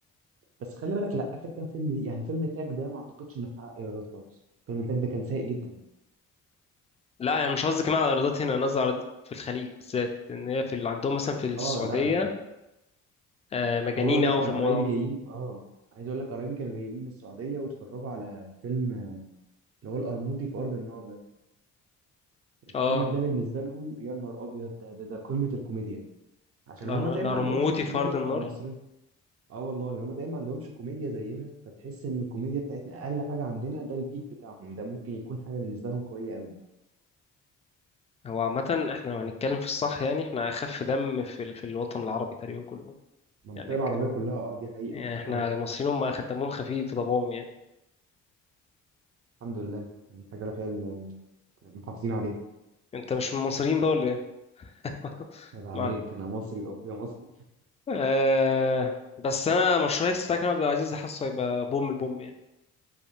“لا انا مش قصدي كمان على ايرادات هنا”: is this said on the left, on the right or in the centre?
Left